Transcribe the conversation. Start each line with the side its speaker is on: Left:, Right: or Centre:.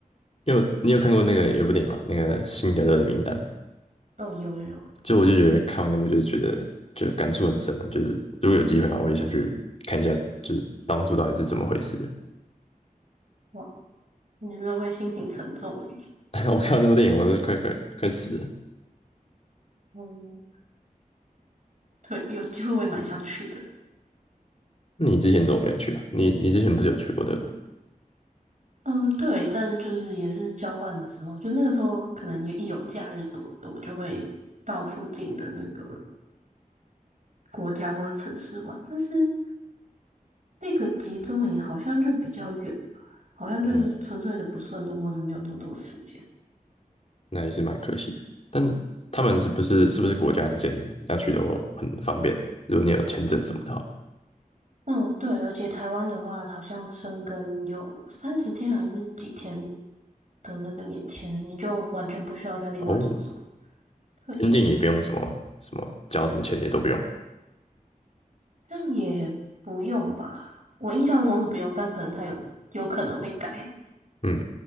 Left: 因为你有看过那个有部电影吗？那个《辛德勒的名单》，
Right: 嗯，有有有。
Left: 就我就觉得看完那部就是觉得就感触很深的，就是如果有机会啊，我也想去看一下，就是当初到底是怎么回事的。
Right: 我你真的会心情沉重诶。
Left: <laughs> 我看完那部电影，我都快快快死了。
Right: 嗯，对，有机会我也蛮想去的。
Left: 那你之前怎么没有去啊？你你之前不是有去过德国？
Right: 嗯，对，但是就是也是交换的时候，就那个时候可能也一有假日什么的，我就会到附近的那个国家或者城市玩。但是那个集中营好像就比较远，好像就是纯粹的不顺路，
Left: 嗯，
Right: 或是没有那么多时间。
Left: 那也是蛮可惜的。但他们是不是是不是国家之间要去都很方便？如果你有签证什么的话，
Right: 嗯，对，而且台湾的话，好像生根有三十天还是几天的那个免签，你就完全不需要再另外做什么。
Left: 哦，
Right: 对，
Left: 边境也不用什么什么交什么钱也都不用。
Right: 那也不用吧，我印象中是不用，但可能他有有可能会改。
Left: 嗯，